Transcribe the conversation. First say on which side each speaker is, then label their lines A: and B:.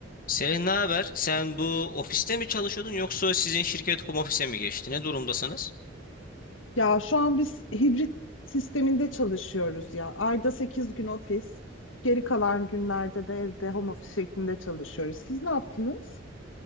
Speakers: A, on the left; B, on the left.
A: Selin ne haber? Sen bu ofiste mi çalışıyordun yoksa sizin şirket home office'e mi geçti? Ne durumdasınız?
B: Ya şu an biz hibrit sisteminde çalışıyoruz ya. Ayda 8 gün ofis, geri kalan günlerde de evde home office şeklinde çalışıyoruz. Siz ne yaptınız?